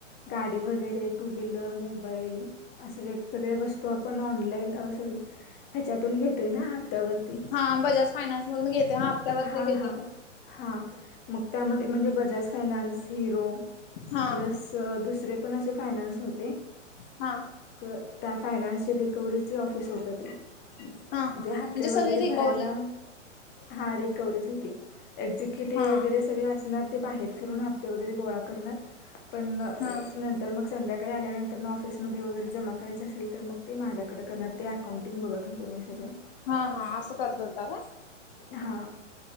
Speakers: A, on the left (about 25°); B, on the left (about 45°).
A: गाडी वगैरे टू व्हीलर मोबाईल असे वेगवेगळ्या वस्तू आप आपण आँनलाइन अ साँरी ह्याच्यातुन घेतोय ना हप्त्यावरती
B: हा बजाज फायनान्स मधून घेते हापत्यावरती
A: हा
B: घेते
A: हा
B: मग
A: हा मग त्यामध्ये म्हणजे बजाज फायनान्स हिरो
B: हा
A: प्लस त दुसरे पण असे फायनान्स होते.
B: हा.
A: त्या फायनान्सची रिकवर्हीची ऑफिस होत ते. म्हणजे
B: हा हा म्हणजे
A: हप्ते वगैरे
B: सगळी रिकव्हरी
A: भरायला हा रिकवरीज होती एक्झिक्युटिव्ह
B: हा
A: वगैरे सगळे असणार ते बाहेर फिरून हप्ते वगैरे गोळा करणार पण
B: हा
A: नंतर मग संध्याकाळी आल्यानंत त्यांना ऑफिसमध्ये वगैरे जमा करायचं असल तर मग ते माझ्याकडे करणार ते अकाउंटिंग बघत होतो मी सगळं.
B: हा हा असं करत होता काय?
A: हा.